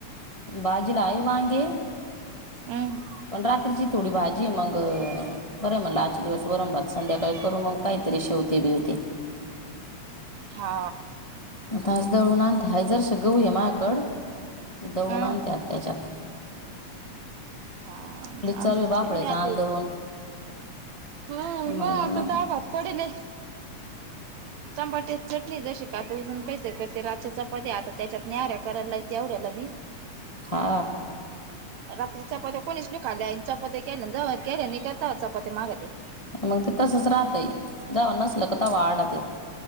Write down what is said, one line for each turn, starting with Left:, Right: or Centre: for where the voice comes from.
Left: भाजीला हाय वांगे
Right: हम्म.
Left: पण रात्रीची थोडी भाजी मंग बरं म्हणलं आजच्या दिवस वरणभात संध्याकाळी करू मग काहीतरी शेवते बिवते
Right: हा
Left: आता आज दळून आण हाय जरशी गहू हाय मायाकड ते दळून
Right: हम्
Left: आणते आता ह्याच्यात
Right: हा आणते
Left: चालू आहे बाफळ्याच
Right: मी आता
Left: आण
Right: हे
Left: दळून
Right: - हा
Left: म्हणलं
Right: म आता
Left: नको
Right: डाळ भात पडिले टंबाटे ची चटणी जशी का आता उजून काहीच ते र चपत्या आता त्याच्यात न्याहऱ्या करायला लाहित एवढ्याला भी.
Left: हा
Right: रात्री चपात्या कोणीच नि खाल्या चपात्या केल्या जाऊ केल्या करता चपात्या माग ते.
Left: मग ते तसच राहतय जावा नसल का तवा आर्डत्यात